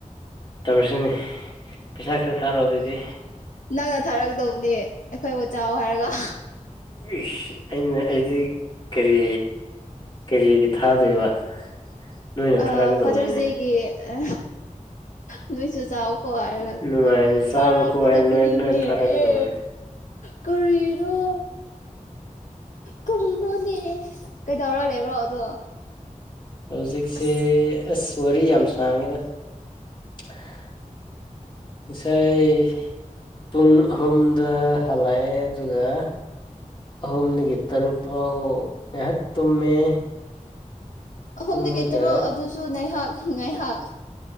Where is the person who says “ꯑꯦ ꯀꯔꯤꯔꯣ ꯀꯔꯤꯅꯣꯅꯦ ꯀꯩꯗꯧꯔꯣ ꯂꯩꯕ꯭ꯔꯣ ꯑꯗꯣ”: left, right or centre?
Left